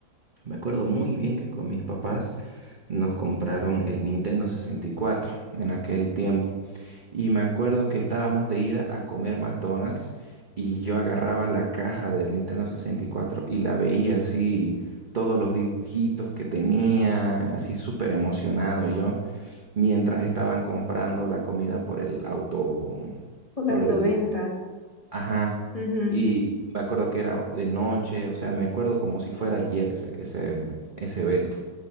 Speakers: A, on the right; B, on the left.
A: Me acuerdo muy bien que con mis papás nos compraron el Nintendo 64 en aquel tiempo. Y me acuerdo que estábamos de ida a comer McDonald's y yo agarraba la caja del Nintendo 64 y cuatro y la veía así, todos los dibujitos que tenía, así súper emocionado yo, mientras estaban comprando la comida por el auto,
B: Por la
A: por
B: autoventa.
A: el Ajá.
B: Ujú,
A: Y me acuerdo que era de noche, o sea, me acuerdo como si fuera ayer ese, ese, ese evento.